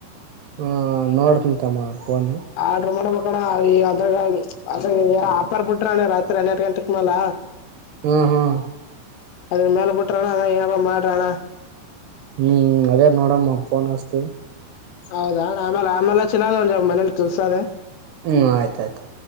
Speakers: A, on the right; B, on the left.
A: ಹ ನೋಡ್ತಂತಮ್ಮ ಫೋನ್
B: ಆರ್ಡ್ರ ಮಾಡಬೇಕಣ ಅ ಅಂದ್ರ ಅದ ಆಪರ್ ಬಿಟ್ರಾನ್ಣ ರಾತ್ರಿ ಹನ್ನೆರಡು ಗಂಟೆಕ್ ಮೇಾಲ
A: ಹ್ಮ್ ಹ್ಮ್
B: ಅದ್ರ ಮೇಲೆ ಬಿಟ್ರಣ ಅದ ಏನಾರ ಮಾಡ್ರಣ
A: ಹ್ಞೂ ಅದೇ ನೋಡಮ್ಮ ಫೋನ್ ಹಸ್ತೀವಿ
B: ಹೌದಾ ಆಮೇಲೆ ಆಮೇಲೆ ಚಲ ಮನೇಲಿ ಕೆಲಸದೆ
A: ಹ್ಮ್ ಆಯ್ತಾಯ್ತು